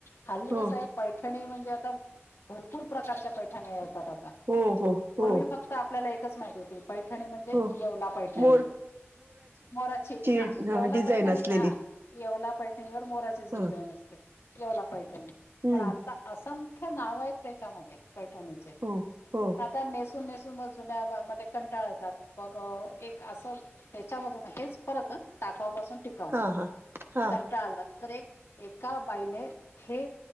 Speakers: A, on the left (about 65°); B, on the right (about 55°).
A: खाल्ली
B: हो,
A: कस आहे पैठणी म्हणजे <inaudible> आता भरपूर प्रकारच्या पैठणी येतात आता
B: हो हो हो
A: पूर्वी फक्त आपल्याला एकच माहिती होती पैठणी म्हणजे
B: हो.
A: येवला पैठणी
B: मोर
A: मोराची हा
B: अ,
A: येवला
B: डिझाईन
A: पैठणी
B: असलेली.
A: हा येवला पैठणीवर मोराचीच
B: हां,
A: डिझाईन असते येवला पैठणी
B: हं.
A: पण आ असंख्य नाव आहेत त्याच्यामध्ये पैठणीचे
B: हो हो
A: आता नेसून नेसून मग जुन्या मध्ये कंटाळ येतात बघ एक असं त्याच्यामधून हेच परत टाकावापासून टिकाव
B: हां, हां. हां,
A: कंटाळला तर एक एका बाईने हे